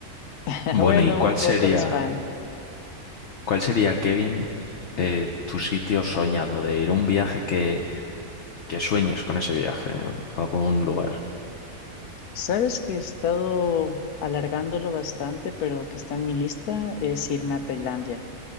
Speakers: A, on the left (about 85°); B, on the left (about 55°).
A: <laughs>
B: Bueno,
A: Bueno,
B: ¿y cuál
A: un
B: sería,
A: poco de España.
B: cuál sería, Kevin, eh, tu sitio soñado de ir? Un viaje que, que sueñes con ese viaje, ¿no? algún lugar.
A: Sabes que he estado alargándolo bastante, pero que está en mi lista es irme a Tailandia.